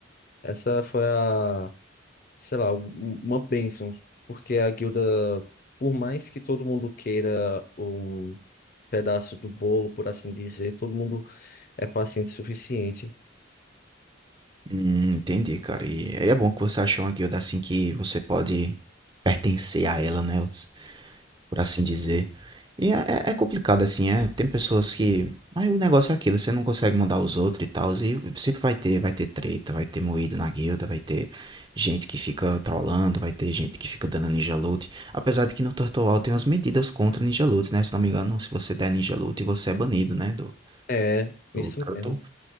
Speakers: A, on the left (about 45°); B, on the right (about 20°).
A: Essa foi a, sei lá, um- uma bênção. Porque a guilda, por mais que todo mundo queira um pedaço do bolo, por assim dizer, todo mundo é paciente o suficiente.
B: Hum, entendi, cara. E aí é bom que você achou uma guilda assim que você pode pertencer a ela, né? Por assim dizer. E é, é- é complicado, assim, é. Tem pessoas que. Aí o negócio é aquilo, você não consegue mandar os outros e tal. E sempre vai ter, vai ter treta, vai ter moído na guilda, vai ter gente que fica trollando, vai ter gente que fica dando ninja loot. Apesar de que no Turtle tem umas medidas contra ninja loot, né? Se não me engano, se você der ninja loot, você é banido, né? Do,
A: É, isso
B: do Turtle
A: mesmo.